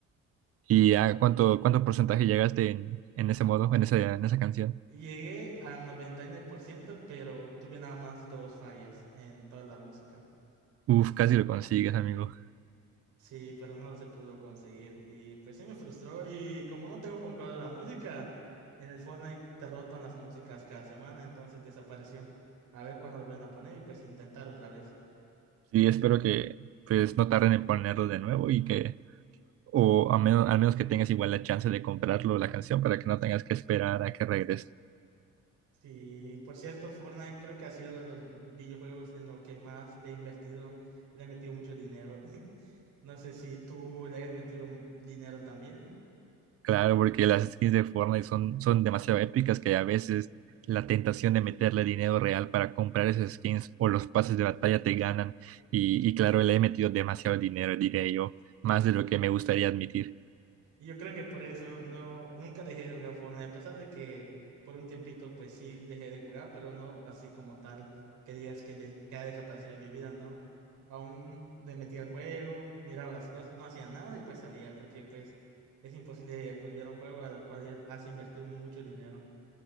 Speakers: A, on the right; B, on the right.
A: ¿Y a cuánto, cuánto porcentaje llegaste en, en ese modo, en esa, en esa canción?
B: Llegué a 99% pero tuve nada más dos fallas en toda la música.
A: Uf, casi lo consigues, amigo.
B: Sí, pero no se pudo conseguir y pues sí me frustró y como no tengo comprado la música, en el Fortnite te rotan las músicas cada semana, entonces desapareció. A ver cuándo lo vuelven a poner y pues intentar otra vez.
A: Sí, espero que pues no tarden en ponerlo de nuevo y que, o a menos, al menos que tengas igual la chance de comprarlo la canción para que no tengas que esperar a que regrese.
B: Sí, por cierto, Fortnite creo que ha sido uno de los videojuegos en lo que más le he invertido, le he metido mucho dinero. <laughs> No sé si tú le hayas metido m- dinero también.
A: Claro, porque las skins de Fortnite son, son demasiado épicas que a veces la tentación de meterle dinero real para comprar esas skins o los pases de batalla te ganan. Y, y claro, le he metido demasiado dinero, diré yo, más de lo que me gustaría admitir.
B: Y yo creo que por eso no, nunca dejé de jugar Fortnite, a pesar de que por un tiempito pues sí dejé de jugar, pero no así como tal que digas que, des- que ha desaparecido de mi vida, ¿no? Aún le metía al juego, miraba las cosas, no hacía nada y pues salía, porque pues es imposible olvidar un juego al cual le has invertido mucho dinero.